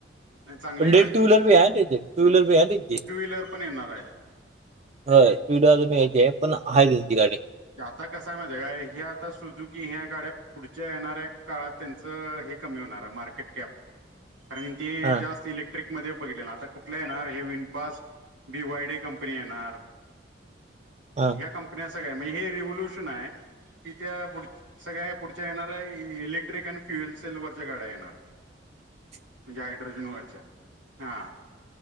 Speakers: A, on the right; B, on the right.
A: नाही चांगली
B: पण
A: आहे
B: टू
A: गाडी
B: व्हीलर
A: ती
B: भी आहे त्यांची टू व्हीलर भी आहे त्यांची.
A: टू व्हीलर पण येणार आहे
B: होय टू व्हीलर अजून यायचे पण आहे यांची गाडी.
A: आता कस आहे माहि आहे काय हे आता सुजुकी ह्या गाड्या पुढच्या येणाऱ्या काळात त्यांचं. हे कमी होणार मार्केट कॅप कारण ते
B: हा
A: जास्त इलेक्ट्रिकल. इलेक्ट्रिक मध्ये बघितले आता कुठ येणार हे VinFast V Y D company येणार.
B: हा
A: ह्या कंपन्या सगळ्या म्हणजे हे रिव्होल्युशन आहे. ति त्या पुढच्या सगळ्या पुढच्या येणार आहे इलेक्ट्रिक फिवेल सेल वरच्या गाड्या येणार.
B: . <inaudible>
A: म्हणजे हाड्रोजन वरच्या ह.